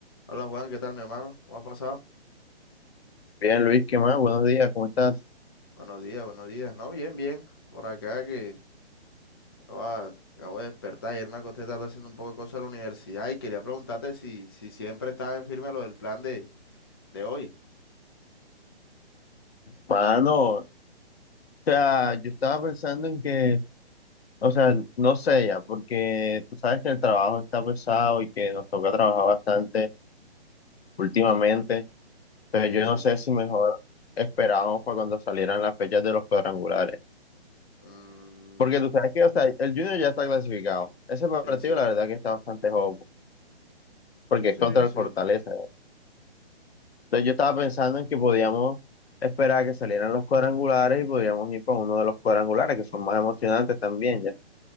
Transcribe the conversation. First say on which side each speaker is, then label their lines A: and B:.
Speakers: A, on the left (about 25°); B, on the left (about 70°).
A: Hola Juan, ¿qué tal mi hermano? ¿Cómo ha pasado?
B: Bien, Luis, ¿qué más? Buenos días, ¿cómo estás?
A: Buenos días, buenos días. No, bien, bien. Por acá que ah, acabo de despertar. Ayer me acosté tarde haciendo un poco de cosas en la universidad y quería preguntarte si, si siempre estaba en firme lo del plan de, de hoy.
B: Mano, o sea, yo estaba pensando en que, o sea, no sé ya, porque tú sabes que el trabajo está pesado y que nos toca trabajar bastante últimamente, pero
A: Sí,
B: yo
A: sí.
B: no sé si mejor esperábamos para cuando salieran las fechas de los cuadrangulares,
A: Mm,
B: porque tú sabes que, o sea, el Junior ya está clasificado, ese partido
A: sí, sí.
B: la verdad que está bastante joven, porque es
A: Sí,
B: contra el
A: sí.
B: Fortaleza, Entonces yo estaba pensando en que podíamos esperar a que salieran los cuadrangulares y podríamos ir para uno de los cuadrangulares, que son más emocionantes también, ya.